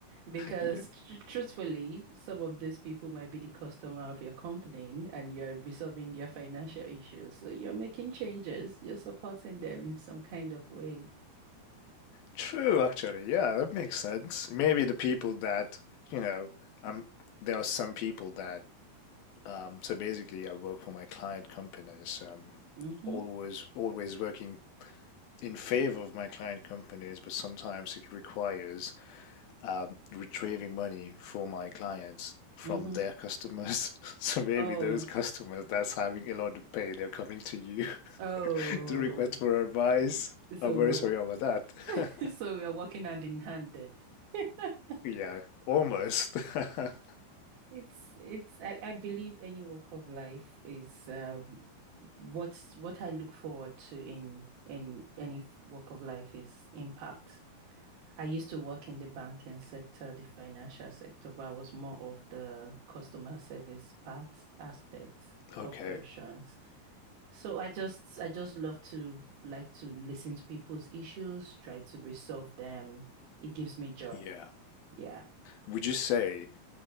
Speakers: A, on the right (about 65°); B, on the left (about 65°).
A: Because
B: Yeah.
A: tr truthfully, some of these people might be the customer of your company and you're resolving their financial issues. So you're making changes, you're supporting them in some kind of way.
B: True, actually. Yeah, that makes sense. Maybe the people that, you know, um there are some people that um so basically I work for my client companies. Um
A: Mm-hmm.
B: always always working in favor of my client companies, but sometimes it requires um, retrieving money for my clients from
A: Mm-hmm.
B: their customers. <laughs> So maybe
A: Oh,
B: those customers that's having a lot of pain, they're coming to you
A: oh.
B: <laughs> to request for advice.
A: So
B: I'm very
A: we are
B: sorry
A: wo-
B: about that.
A: <laughs>
B: <laughs>
A: so we are working hand in hand then. <laughs>
B: Yeah, almost. <laughs>
A: It's it's I, I believe any walk of life is um what's what I look forward to in in any f- walk of life is impact. I used to work in the banking sector, the financial sector, but I was more of the customer service part, aspects,
B: Okay.
A: operations. So I just I just love to like to listen to people's issues, try to resolve them. It gives me joy.
B: Yeah.
A: Yeah.
B: Would you say